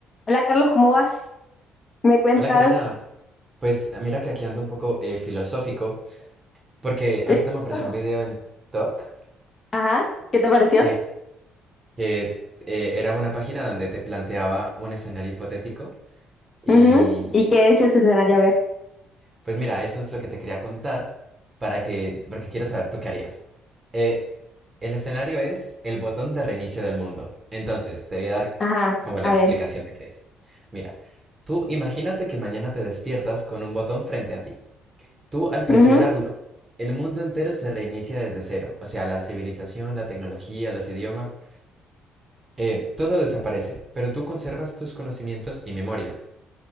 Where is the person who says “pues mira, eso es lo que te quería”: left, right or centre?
Right